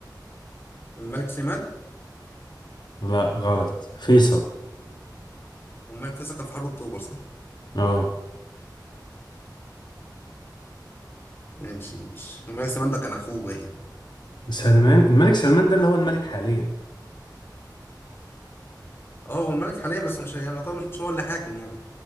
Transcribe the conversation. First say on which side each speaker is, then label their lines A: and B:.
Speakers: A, on the left; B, on the left.
A: الملك سليمان
B: لا غلط فيصل
A: والملك فيصل كان في حرب أكتوبر صح؟
B: اه
A: ماشي ماشي الملك سليمان ده كان أخوه باين
B: سلمان الملك سلمان ده اللي هو الملك حاليا
A: اه هو الملك حاليا بس مش يعني طبعا مش هو اللي حاكم يعني